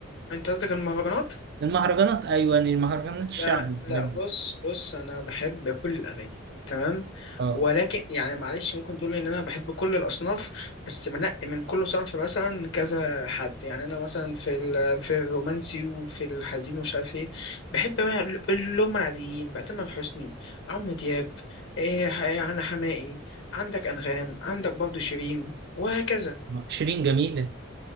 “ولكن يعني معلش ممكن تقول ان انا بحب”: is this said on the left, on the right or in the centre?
Left